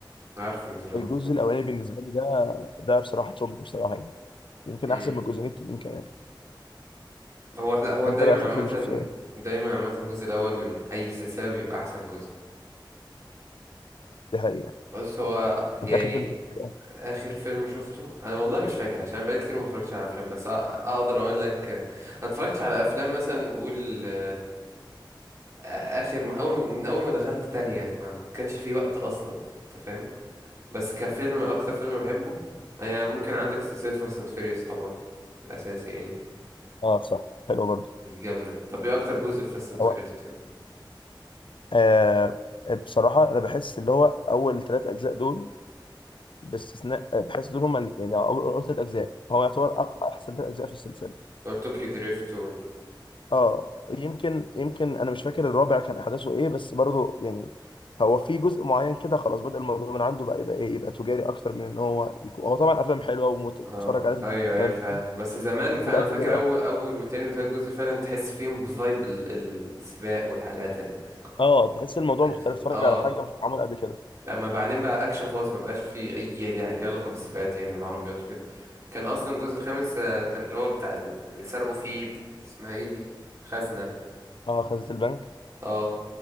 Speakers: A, on the right; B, on the left.
A: عارف ميز رانر
B: الجزء
A: طبعا
B: الاولاني بالنسبه لي ده ده بصراحه توب بصراحه يعني يمكن
A: امم
B: احسن من الجزئين التانيين كمان
A: هو هو
B: انت
A: دايما
B: بقى اخر
A: عامه
B: فيلم شفته ايه
A: دايما عامه الجزء الاول من اي سلسله بيبقى احسن جزء
B: دي حقيقه يعني.
A: بس هو يعني
B: انت اخر فيلم شفته ايه
A: اخر فيلم شفته انا والله مش فاكر عشان بقالي كتير ما اتفرجتش على افلام بس أ- اقدر اقول لك آه، ما اتفرجتش على افلام مثلا قول آه، اخر ما- اول من اول ما دخلت تانية ما, ما كانش في وقت اصلا انت فاهم بس كفيلم اكتر فيلم بحبه هي ممكن عندك سلسلة فاست اند فيريوس طبعا ده اساسي يعني
B: اه صح حلو برضه
A: دي جامدة طب ايه اكتر جزء في فاست اند
B: هو
A: فيريوس بتحبه
B: آه بصراحه انا بحس اللي هو اول ثلاث اجزاء دول باستثناء بحيث دول هم ال- يعني اول أول ثلاث اجزاء هو يعتبر أق- احسن ثلاث اجزاء في السلسله
A: طوكيو دريفت
B: اه يمكن يمكن انا مش فاكر الرابع كان احداثه ايه بس برضو يعني هو في جزء معين كده خلاص بدأ الموضوع من عنده بقى يبقى ايه يبقى تجاري اكتر من ان هو يكون هو طبعا افلام حلوه وتتفرج
A: اه
B: عليها
A: ايوه
B: تديك الكلام
A: ايوه فعلا
B: ده كله
A: بس زمان
B: بس
A: فانا
B: بقى
A: فاكر
B: تجاري
A: اول
B: اكتر
A: اول وتاني وتالت جزء فعلا تحس فيهم بفايب ال- السباق والحاجات ال
B: اه
A: ال-
B: تحس الموضوع
A: الإصابة.
B: مختلف تتفرج
A: اه
B: على حاجه مش معموله قبل كده
A: لما بعدين بقى اكشن خالص ما بقاش فيه اي ليه ليه علاقه بالسباقات يعني والعربيات وكده كان اصلا الجزء الخامس آه، كان اللي هو بتاع ال- اللي سرقوا فيه ب- اسمها ايه دي خزنه
B: اه خزنة البنك
A: اه